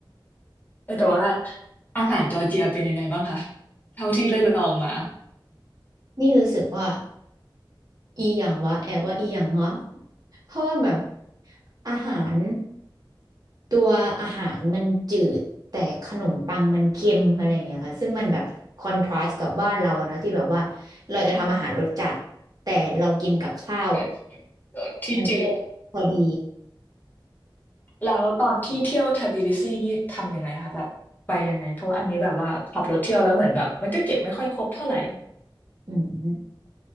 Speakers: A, on the left (about 20°); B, on the right (about 45°).
A: เออแต่ว่าอาหารจอร์เจียเป็นยังไงบ้างคะเท่าที่ได้ลองมา
B: นี่รู้สึกว่าอีอย่างวะแอบว่าอีอย่างเงาะเพราะว่าแบบอาหาร ตัวอาหารมันจืดแต่ขนมปังมันเค็มอะไรอย่างเงี้ยค่ะซึ่งมันแบบคอนทราสต์กับบ้านเราอะเนาะที่แบบว่าเราจะทำอาหารรสจัดแต่เรากินกับข้าว
A: เนี่ยก็ที่จืด
B: มันก็เลยพอดี
A: แล้วตอนที่เที่ยวทบิลิซีนี่ทำยังไงคะแบบไปยังไงเพราะว่าอันนี้แบบว่าขับรถเที่ยวแล้วเหมือนแบบมันก็เก็บไม่ค่อยครบเท่าไหร่
B: อืม